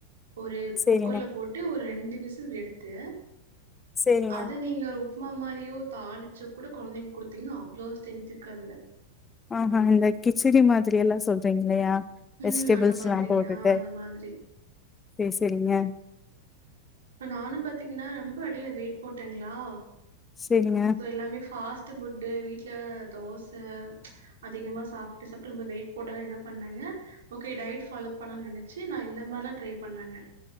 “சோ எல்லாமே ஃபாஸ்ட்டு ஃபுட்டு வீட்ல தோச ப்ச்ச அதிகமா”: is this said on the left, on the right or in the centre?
Right